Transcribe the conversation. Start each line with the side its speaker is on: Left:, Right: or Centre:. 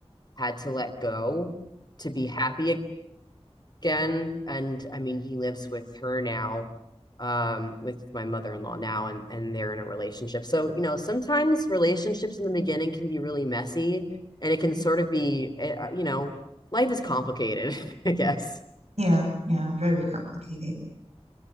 Left: had to let go to be happy again and i mean he lives with her now um with my mother-in-law now and and they're in a relationship so you know sometimes relationships in the beginning can be really messy and it can sort of be eh, uh, you know life is complicated <laughs> i guess
Right: Yeah, yeah, very complicated.